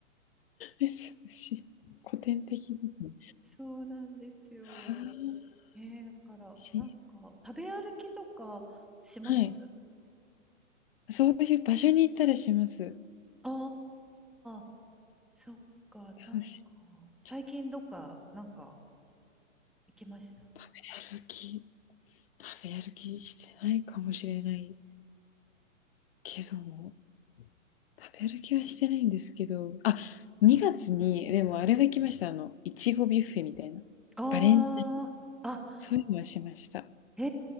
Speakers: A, on the left (about 45°); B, in the centre.
A: え、すし古典的ですね。
B: そうなんですよ。
A: はあ、
B: ねえー、だから、
A: し
B: なんか、食べ歩きとかします
A: はい。そういう場所に行ったりします。
B: ああー、そっか、なんか、
A: 楽し
B: 最近どっか、
A: ちょ
B: なんか、行きました。
A: 食べ歩き食べ歩きしてないかもしれないけども、食べ歩きはしてないんですけど、あ、2月にでもあれは行きました、あの、いちごビュッフェみたいな。
B: ああ、
A: バレンタ
B: あ、
A: そういうのはしました。
B: へ